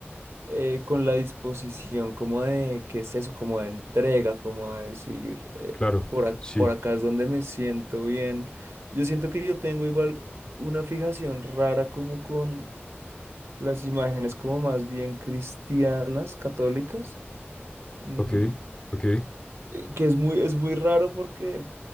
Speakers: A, on the right (about 85°); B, on the left (about 20°).
A: eh, con la disposición como de, ¿qué es eso? Como de entrega, como de decir, eh,
B: Claro,
A: por, ac-
B: sí.
A: por acá es donde me siento bien. Yo siento que yo tengo igual una fijación rara como con las imágenes como más bien cristianas, católicas. mm,
B: Ok, ok,
A: que es muy, es muy raro porque